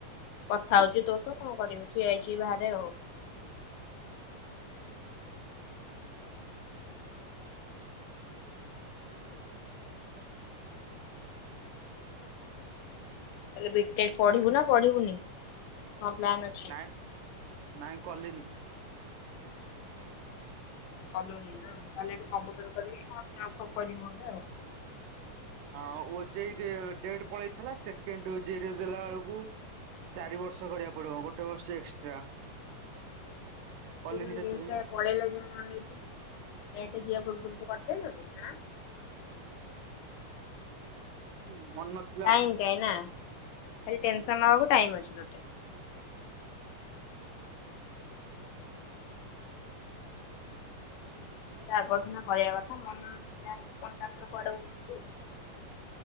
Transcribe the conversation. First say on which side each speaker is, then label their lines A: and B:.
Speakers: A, on the left (about 80°); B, on the right (about 75°).
A: କଥା ହୋଉଚି ତୋସ କଣ କରିବି ଠିଆ ହୋଇଚି ବାହାରେ ଆଉ। ତାଲେ ବିଟେକ୍ ପଢିବୁ ନା ପଢିବୁନି ହଁ <unintelligible>
B: ନାଇଁ ନାଇଁ କ <unintelligible>
A: କଲୁନି ନା ତାହେଲେ ଏବେ କମ୍ପୁଟର କରିକି କଣ ଜବ ଫବ୍ କରିବୁ ଆଉ।
B: ହଁ ଓଯେଇ ଦେ ଡେଟ ପଳେଇଥିଲା ସେକେଣ୍ଡେ ଓଜେଇ ଦେଲା ବେଳକୁ ଚାରି ବର୍ଷ କରିବାକୁ ପଡିବ ଗୋଟେ ବର୍ଷ ଏକ୍ସଟ୍ରା।
A: <unintelligible>
B: କଲିନି ସେଥିପାଇଁ ଆଉ। ହୁଁ ମନ ନଥିଲା
A: ଟାଇମ୍
B: ଆଉ
A: କାହିଁ ନା ଖାଲି ଟେନସନବାକୁ ଟାଇମ୍ ଅଛି ତତେ। ସେଇଟା ଆକର୍ଷଣ କରିବା କଥା ମନ ମନଟଥର କୁଆଡେ ହଉଛି କି